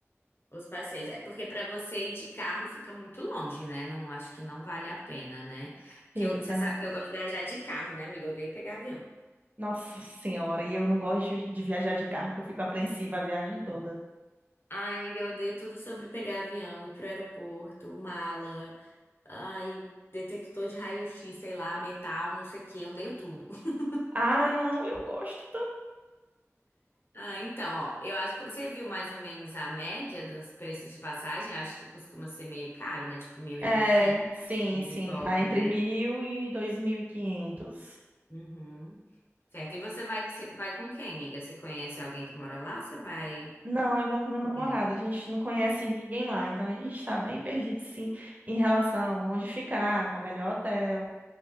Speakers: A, on the left; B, on the right.
A: Os passeios. É porque para você ir de carro fica muito longe, né? Não acho que não vale a pena, né? Porque
B: fica.
A: eu- você sabe que eu gosto de viajar de carro, né, amiga? Eu odeio pegar avião.
B: Nossa Senhora, e eu não gosto de de viajar de carro, que eu fico apreensiva a viagem toda.
A: Ai, amiga, eu odeio tudo sobre pegar avião, ir pro aeroporto, mala, ai, detector de raio-x, sei lá, metal, não sei o quê, eu odeio tudo. <laughs>
B: Ah, não, eu gosto
A: Ah, então, ó, eu acho que você viu mais ou menos a média dos preços de passagem, acho que costuma ser meio caro, né? Tipo mil
B: É,
A: e pouquinho,
B: sim,
A: ida
B: sim,
A: e de volta,
B: tá entre
A: né?
B: mil e dois mil e quinhentos.
A: Uhum. Certo. E você vai, vai com quem, amiga? Você conhece alguém que mora lá? Você vai.
B: Não, eu vou com meu namorado.
A: Sim.
B: A gente não conhece ninguém lá, então a gente tá bem perdido, sim, em relação a onde ficar, qual o melhor hotel.